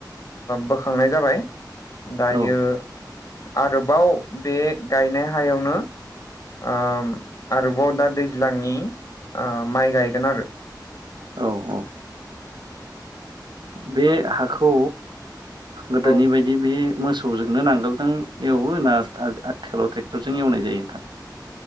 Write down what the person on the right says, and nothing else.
औ
औ औ। बे हाखौ गोदोनि
बायदि बे मोसौजोंनो नांगोलजों एवोना आथिखालाव ट्रेक्टरजों एवनाय जायो नोंथां?